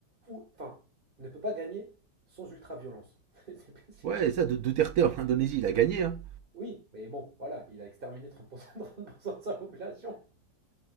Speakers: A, on the right; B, on the right.
A: Ou, enfin, ne peut pas gagner sans ultra-violence. <laughs> C'est c'est
B: Ouais,
A: plus.
B: ça, de Duterte en Indonésie, il a gagné, hein.
A: Oui, mais bon, voilà, il a exterminé 30%, 30% de sa population.